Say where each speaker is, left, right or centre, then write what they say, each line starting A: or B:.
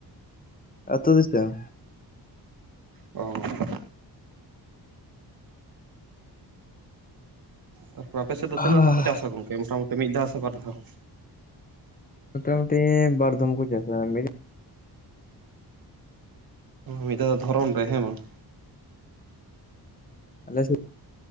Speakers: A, on the left (about 20°); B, on the right (about 60°).
A: ᱟᱹᱛᱩ ᱫᱤᱥᱟᱹᱢ
B: ᱚᱸ ᱛᱟᱨᱯᱚᱨ ᱟᱯᱮ ᱥᱮᱫ ᱫᱚ
A: ᱦᱟᱻ
B: ᱛᱤᱱᱟᱹᱜ ᱫᱷᱟᱣ ᱠᱚ ᱪᱟᱥᱟ ᱜᱚᱝᱠᱮ ᱢᱚᱴᱟᱢᱩᱴᱤ ᱢᱤᱫ ᱫᱷᱟᱣ ᱥᱮ ᱵᱟᱨ ᱫᱷᱟᱣ?
A: ᱢᱚᱴᱟᱢᱩᱴᱤ ᱵᱟᱨᱫᱚᱢ ᱠᱚ ᱪᱟᱥᱟ ᱢᱮᱫᱤᱱᱼᱼ
B: ᱢᱤᱫ ᱫᱷᱟᱣ ᱫᱚ ᱫᱷᱚᱨᱚᱱ ᱨᱮ ᱦᱮᱸ ᱵᱟᱝ
A: ᱟᱞᱮ ᱥᱮᱫ